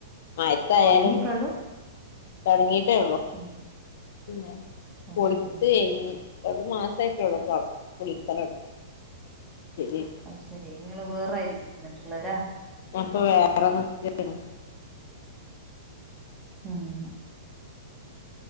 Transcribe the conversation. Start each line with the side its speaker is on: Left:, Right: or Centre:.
Left: മയെത്തായാലും
Right: തൊടങ്ങീക്കാള്ളൂ
Left: തൊടങ്ങിട്ടേ ഉള്ളു
Right: ഉം
Left: പിന്നെ
Right: അത്
Left: പൊളിച്ച്
Right: ശരിയാ
Left: കഴിഞ്ഞ് ഒരു മാസമായിട്ടുള്ളൂ ഇപ്പം പൊളിക്കല് തൊട <unintelligible>
Right: അയി ശരി ഇങ്ങള് വേറായിരിക്കും ഇന്ന്ട്ട്ള്ളെലേ
Left: ഞാൻപ്പ വേറെ നിക്കാണ്
Right: അങ്ങനെ